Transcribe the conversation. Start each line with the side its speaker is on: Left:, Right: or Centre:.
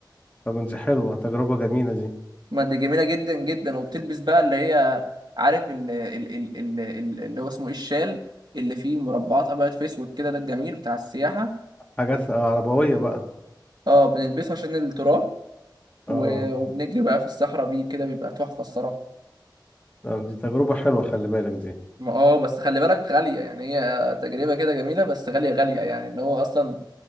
Left: طب من دي حلوة تجربة جميلة دي
Right: ما دي جميله جدا جدا وبتلبس بقى اللي هي عارف ال ال ال ال ال- اللي هو اسمه ايه الشال اللي فيه مربعات ابيض في اسود كده ده الجميل بتاع السياحه
Left: حاجات آه عربوية بقى
Right: اه بنلبسه عشان التراب و-
Left: اه
Right: وبنجري بقى في الصحراء بيه كده بيبقى تحفه الصراحه
Left: طب دي تجربة حلوة خلي بالك دي
Right: ما اه بس خلي بالك غاليه يعني هي تجربه كده جميله بس غاليه غاليه يعني ان هو اصلا